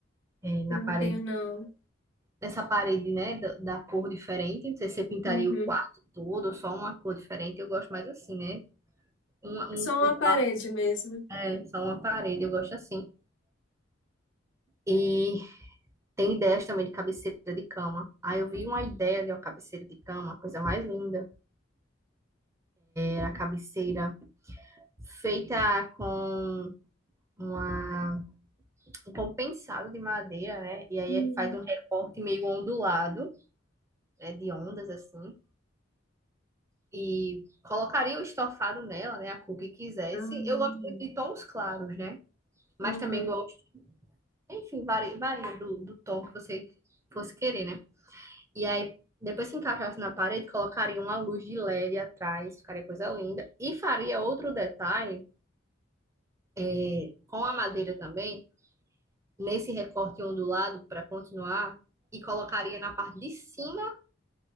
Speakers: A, on the right; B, on the left.
A: é, na
B: Eu
A: parede,
B: Não tenho, não.
A: nessa parede, né, da, da cor diferente. Não sei se você pintaria
B: Uhum.
A: o quarto todo ou só uma cor diferente. Eu gosto mais assim, né? Um,
B: Só
A: um,
B: uma
A: o quarto
B: parede mesmo.
A: é só uma parede, eu gosto assim. E Tem ideias também de cabeceira de cama. Aí eu vi uma ideia de uma cabeceira de cama, a coisa mais linda. Era a cabeceira feita com uma, um compensado de madeira, né? E aí
B: Hum.
A: ele faz um recorte meio ondulado, né? De ondas assim. E colocaria o estofado nela, né? A cor que quisesse.
B: Ah,
A: Eu gosto muito de tons claros, né? Mas
B: aham.
A: também gosto. Enfim, varia, varia do, do tom que você fosse querer, né? E aí, depois se encaixasse na parede, colocaria uma luz de LED atrás, ficaria coisa linda. E faria outro detalhe eh, com a madeira também, nesse recorte ondulado para continuar, e colocaria na parte de cima,